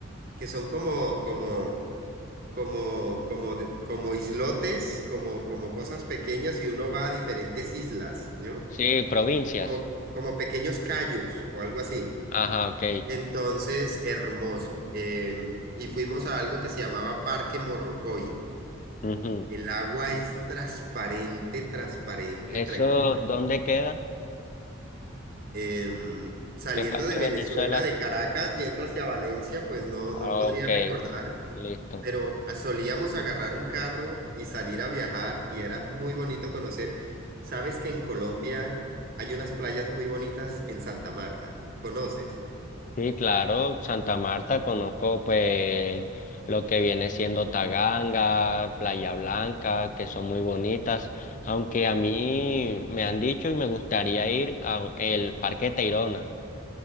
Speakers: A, on the right; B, on the left.
A: que son como, como como, como, de- como islotes, como, como cosas pequeñas y uno va a diferentes islas, ¿no?
B: Sí, provincias.
A: Como, como pequeños cayos o algo así.
B: Ajá, ok.
A: Entonces, hermoso. Eh, y fuimos a algo que se llamaba Parque Morrocoy.
B: Ujú.
A: El agua es transparente, transparente,
B: ¿Eso
A: tranquila.
B: dónde queda?
A: Em, saliendo
B: ¿Qué parte
A: de
B: de
A: Venezuela,
B: Venezuela?
A: de Caracas, yendo hacia Valencia, pues no,
B: Ah,
A: no podría
B: Ok,
A: recordar
B: listo.
A: pero a- solíamos agarrar un carro y salir a viajar y era muy bonito conocer. ¿Sabes que en Colombia hay unas playas muy bonitas en Santa Marta? ¿Conoces?
B: Sí, claro, Santa Marta, conozco pues lo que viene siendo Taganga, Playa Blanca, que son muy bonitas, aunque a mí me han dicho y me gustaría ir al Parque Tayrona.